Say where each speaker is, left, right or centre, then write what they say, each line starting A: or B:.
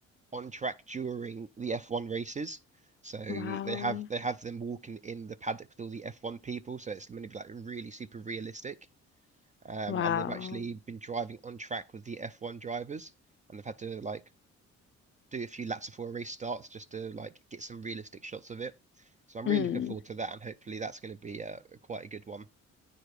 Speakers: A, on the right (about 25°); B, on the left (about 40°).
A: on track during the F1 races. So
B: Wow.
A: they have they have them walking in the paddock with all the F1 people. So it's going to be like really super realistic. Um,
B: Wow.
A: and they've actually been driving on track with the F1 drivers, and they've had to like do a few laps before a race starts just to like get some realistic shots of it. So I'm
B: Mm.
A: really looking forward to that, and hopefully that's going to be uh, quite a good one.